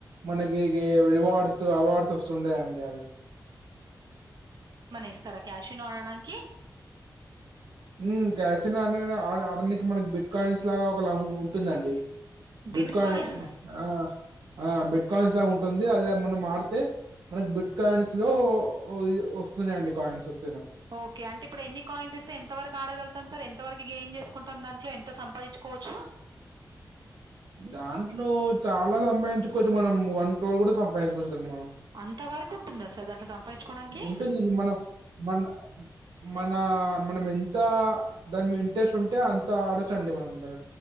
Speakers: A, on the right; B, on the right.
A: మనకి గే రివార్డ్స్ అవార్డ్స్ ఒస్తుంటాయండి అవి
B: ఇస్తర క్యాశినో ఆడడానికి
A: ఉమ్ క్యాసిన అన ఆడనికి మనక్ బిట్ కాయిన్స్ లాగా ఒక ల ఉంటుందండి
B: బిట్
A: బిట్కాయిన్
B: కాయిన్స్
A: అ ఆ బిట్కాయిన్స్ లాగుంటుంది అదిద మనం ఆడ్తే మనక్ బిట్ కాయిన్స్లో ఒ ఇ ఒస్తున్నయండి కాయిన్స్ ఒస్
B: ఓకె అంటిప్పుడు ఎన్ని కాయిన్స్ ఇస్తే ఎంత వరక్ ఆడగల్తాం సర్ ఎంతవరకి గేన్ చేస్కుంటం దాంట్లో ఎంత సంపాఇచ్చుకోచ్చు
A: దాంట్లో చాలా సంపాదించుకోవచ్చు మనం వన్ క్రో గుడా సంపాదించుకోచ్చండి మనం
B: అంత వరకు ఉంటుందా సార్ దాంట్లో సంపాదించుకోవడానికి
A: ఉంటుంది మనం మన్ మనా మనమెంత దాన్ మీ ఇంట్రెస్ట్ ఉంటే అంత ఆడచం ఇట్లేమన ఉంటార